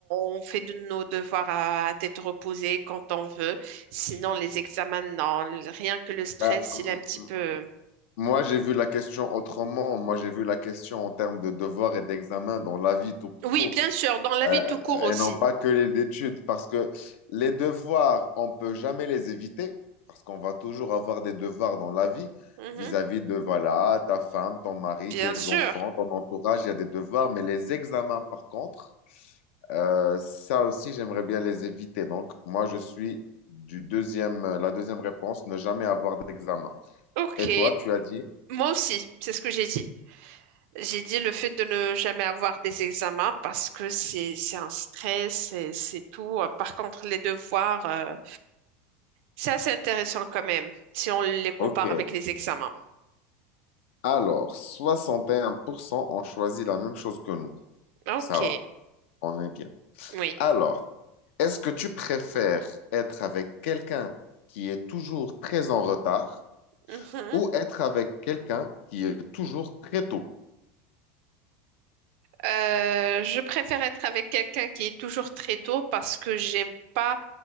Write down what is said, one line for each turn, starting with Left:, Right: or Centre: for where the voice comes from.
Right: on fait de nos devoirs à, à tête reposée quand on veut. Sinon, les examens, non. Rien que le stress,
Left: Bah, m-
Right: il est un petit
Left: m-
Right: peu.
Left: moi, j'ai vu la question autrement. Moi, j'ai vu la question en termes de devoirs et d'examens dans la vie tout
Right: Oui,
Left: court.
Right: bien sûr, dans la vie
Left: euh,
Right: tout court aussi.
Left: et non pas que les études, parce que les devoirs, on peut jamais les éviter, parce qu'on va toujours avoir des devoirs dans la vie
Right: Mhm.
Left: vis-à-vis de, voilà, ta femme, ton mari,
Right: Bien
Left: tes
Right: sûr.
Left: enfants, ton entourage, il y a des devoirs, mais les examens, par contre, euh, ça aussi, j'aimerais bien les éviter. Donc, moi, je suis du deuxième, euh, la deuxième réponse, ne jamais avoir d'examen.
Right: Ok,
Left: Et toi, tu as dit?
Right: moi aussi, c'est ce que j'ai dit. J'ai dit le fait de ne jamais avoir des examens parce que c'est c'est un stress, c'est c'est tout. Par contre, les devoirs, euh, c'est assez intéressant quand même si on les compare
Left: OK.
Right: avec les examens.
Left: Alors, 61% ont choisi la même chose que nous.
Right: Ok,
Left: Ça va, on est bien.
Right: oui.
Left: Alors, Est-ce que tu préfères être avec quelqu'un qui est toujours très en retard
Right: Mhm.
Left: ou être avec quelqu'un qui est toujours très tôt?
Right: Euh, je préfère être avec quelqu'un qui est toujours très tôt parce que j'aime pas